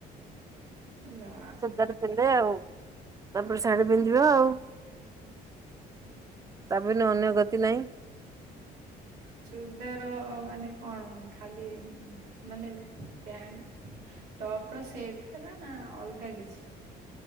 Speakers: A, on the right (about 65°); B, on the right (about 20°).
A: <unintelligible>
B: ଚୁଦାର ପିନ୍ଧେ ଆଉ ତାପରେ ଶାଢୀ ପିନ୍ଧିବା ଆଉ। ତାବିନ ଅନ୍ୟ ଗତି ନାହିଁ।
A: ଚୁର୍ଦାର ମାନେ କଣ ଖାଲି ମାନେ ପ୍ୟାଣ୍ଟ? ଟପ ର ସେଟ ଟା ନା ଅଲଗା କିଛି?